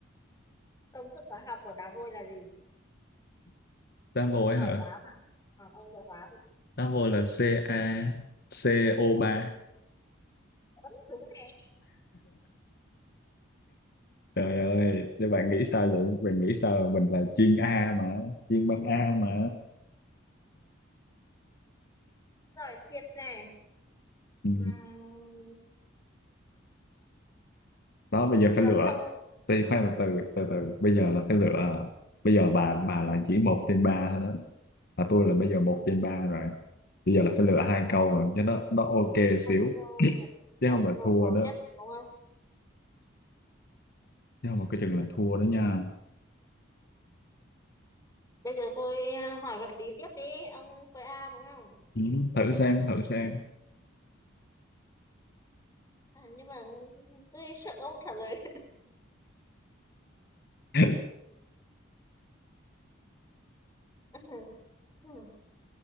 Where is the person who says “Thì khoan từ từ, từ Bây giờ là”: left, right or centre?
Left